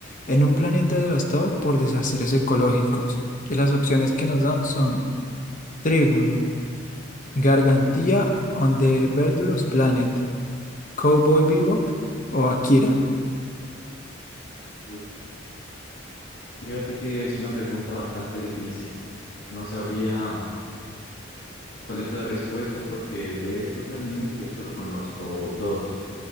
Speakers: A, on the left (about 40°); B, on the left (about 70°).
A: en un planeta devastado por desastres ecológicos? Y las opciones que nos dan son Trigun, Gargantia on the Verdurous Planet, Cowboy Bebop o Akira.
B: Uf. Fíjate que es una pregunta bastante difícil. No sabría cuál es la respuesta porque de estos animes yo solo conozco dos.